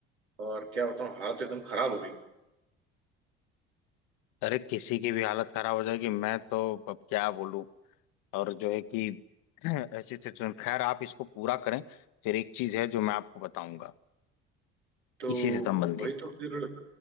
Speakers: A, on the right; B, on the left.
A: और क्या बताऊँ हालत एकदम खराब हो गई
B: अरे किसी की भी हालत खराब हो जाएगी मैं तो अब क्या बोलूं और जो है कि <clears throat> ऐसी सिचुएशन खैर आप इसको पूरा करें फिर एक चीज है जो मैं आपको बताऊंगा
A: तो
B: इसी से संबंधित
A: वही तो फिर